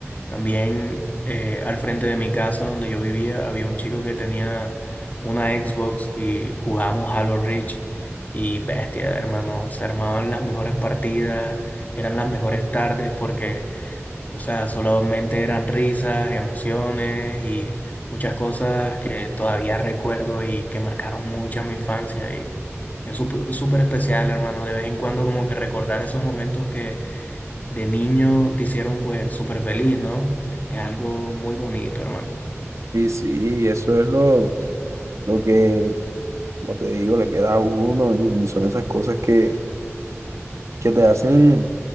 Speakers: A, on the left; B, on the right.
A: también eh, al frente de mi casa donde yo vivía había un chico que tenía una Xbox y jugamos Halo Reach y bestia, hermano, se armaban las mejores partidas, eran las mejores tardes porque o sea, solamente eran risas, emociones y muchas cosas que todavía recuerdo y que marcaron mucho mi infancia. Y es sup- súper especial, hermano, de vez en cuando como que recordar esos momentos que de niño te hicieron pues súper feliz, ¿no? Es algo muy bonito, hermano.
B: Y sí, eso es lo, lo que, como te digo, le queda a uno y son esas cosas que, que te hacen